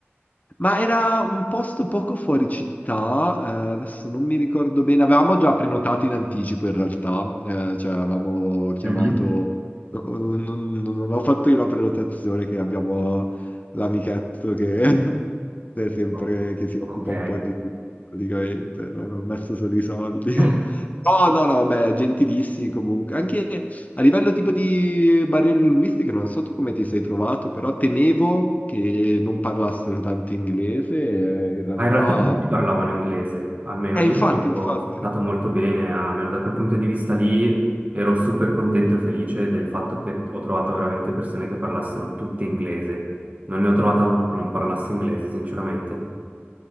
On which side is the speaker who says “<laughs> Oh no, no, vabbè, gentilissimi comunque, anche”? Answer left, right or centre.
Left